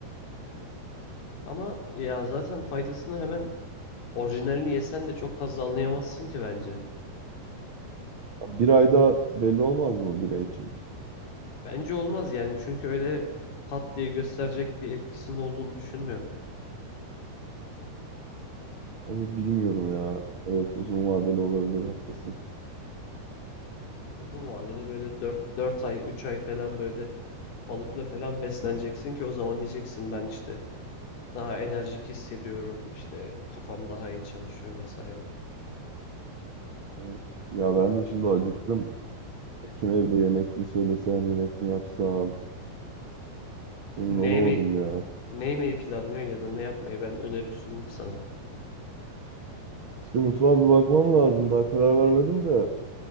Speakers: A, on the left; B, on the right.
A: Ama ya zaten faydasını hemen orijinalini yesen de çok fazla anlayamazsın ki bence.
B: Bir ayda belli olmaz mı bir ay için?
A: Bence olmaz yani çünkü öyle pat diye gösterecek bir etkisinin olduğunu düşünmüyorum.
B: Onu bilmiyorum ya. Evet uzun vadeli olabilir haklısın.
A: Uzun vadede böyle dört 4 ay 3 ay falan böyle balıkla falan besleneceksin ki o zaman diyeceksin ben işte daha enerjik hissediyorum işte kafam daha iyi çalışıyor vesaire.
B: Evet. Ya ben de şimdi acıktım. Kim evde yemek mi söylesem yemek mi yapsam emin
A: Ne
B: olamadım
A: mi
B: ya.
A: ne yemeyi planlıyorsun ya da ne yapmayı ben öneri sunayım sana.
B: İşte mutfağa bir bakmam lazım daha karar vermedim de.